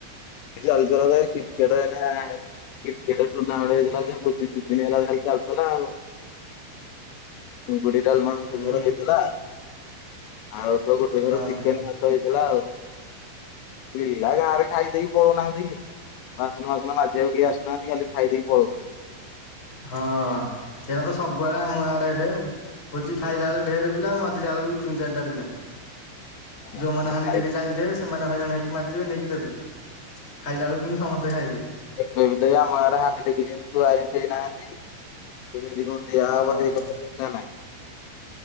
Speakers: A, on the left (about 80°); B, on the left (about 20°).
A: ଆଲଗପ୍ରକାର କ୍ରିକେଟ ଏଇନା। କ୍ରିକେଟ ଟୁର୍ଣ୍ଣାମେଣ୍ଟ ହେଇଥିଲା ଯେ ଭୋଜି ଦି ଦିନ ହେଲା ଖାଲି ଚାଲିଥିଲା ଆଉ। ଚିଙ୍ଗୁଡ଼ି ଡାଲମା ଗୋଟେ
B: ହୁଁ
A: ଥର ହେଇଥିଲା ଆଉ ତ ଗୋଟେ ଥର
B: ହଁ।
A: ଚିକେନ ତ ହେଇଥିଲା ଆଉ ପି ଆଉ ଗାଁ ରେ ଖାଇଦେଇ ପଳଉନାହାନ୍ତି କି ବାସନ ବାସନ ମାଜିବାକୁ କେଇ ଆସୁନାହାନ୍ତି ଖାଲି ଖାଇଦେଇକି ପଳଉଚନ୍ତି।
B: ହଁ ସେଇଟା ତ ସବୁଆଡେ ଆମ ଗାଁ ଆଡେ ହେଲେ ଆଉ। ଭୋଜି ଖାଇଲା ବେଳୁକୁ ଢେର ପିଲା ଆଉ ମାଜିଲା ବେଳକୁ ତିନି ଚାରିଟା ପିଲା।
A: ପଳଉଛନ୍ତି।
B: ଯୋଉମାନେ ହାଣ୍ଡି
A: ଖାଇ
B: ଟେକି ଜାଣିଥିବେ ସେମାନେ ହଇରାଣ ହେଇକି ମାଜିବେ ନେଇକି ଦେବେ। ଖାଇଲା ବେଳକୁ କିନ୍ତୁ ସମସ୍ତେ ଖାଇବେ।
A: ଏବେ ବି ତ ଆମ ଆଡେହାଣ୍ଡି ଟେ ସେମିତି ଥୁଆ ହେଇଚି ଦେଇନାହାନ୍ତି କେମିତି କ ଦିଆ
B: ହଁ।
A: ହବ ହେଇଟା ତ କଥା ନାହିଁ।